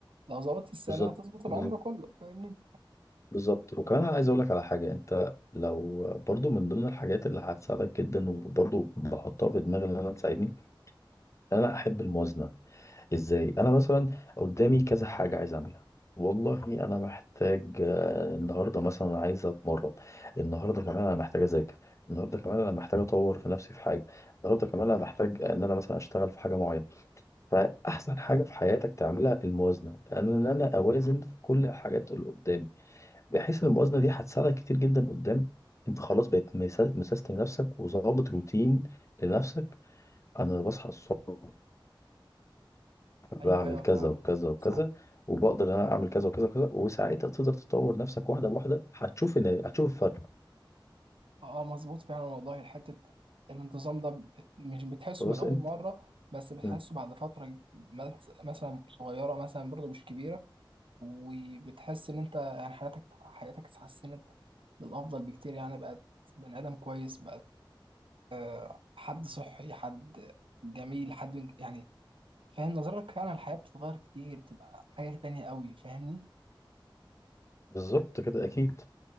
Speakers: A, on the right; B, on the left.
A: لو ظبطت السنة
B: بالظبط
A: هتظبط
B: بالظبط
A: العمر كله فاهمني؟
B: بالظبط وكمان انا عايز اقول لك على حاجه انت لو برضو من ضمن الحاجات اللي هتساعدك جدا وبرضو بحطها في دماغي ان انا تساعدني إن انا احب الموازنه ازاي انا مثلا قدامي كذا حاجه عايز اعملها والله انا محتاج آه، النهارده مثلا عايز اتمرن النهارده كمان انا محتاج اذاكر النهارده كمان انا محتاج اطور في نفسي في حاجه النهارده كمان انا محتاج ان انا مثلا اشتغل في حاجه معينه فاحسن حاجه في حياتك تعملها الموازنه ان انا اوازن في كل الحاجات اللي قدامي بحيث ان الموازنه دي هتساعدك كتير جدا قدام انت خلاص بقيت مسا- مسيستم نفسك وظابط روتين لنفسك انا بصحى الصبح بعمل
A: أيوه أيوه
B: كذا
A: فاهم
B: وكذا وكذا
A: صح
B: وبقدر ان انا اعمل كذا وكذا وكذا وساعتها تقدر تطور نفسك واحده بواحده هتشوف ان هتشوف الفرق
A: اه مظبوط فعلا والله حتة الانتظام ده بت- مش بتحسه
B: بس
A: من أول
B: انت
A: مرة بس بتحسه
B: مم.
A: بعد فترة ج- مس- مثلا صغيرة مثلا برضه مش كبيرة وبتحس إن أنت يعني حياتك حياتك اتحسنت للأفضل بكتير يعني بقت بني آدم كويس بقت آه، حد صحي حد جميل حد يعني فاهم نظرتك فعلا الحياة بتتغير كتير بتبقى حاجة تانية قوي فاهمني
B: بالظبط كده اكيد